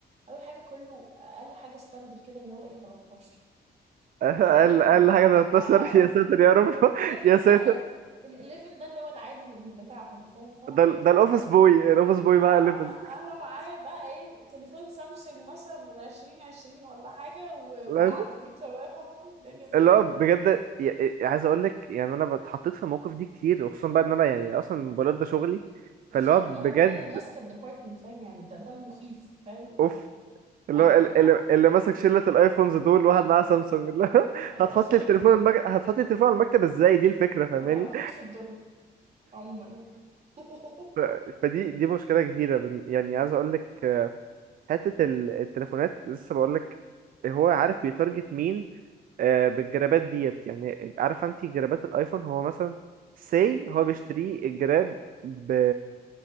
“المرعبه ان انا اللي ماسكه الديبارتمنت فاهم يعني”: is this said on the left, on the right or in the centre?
Right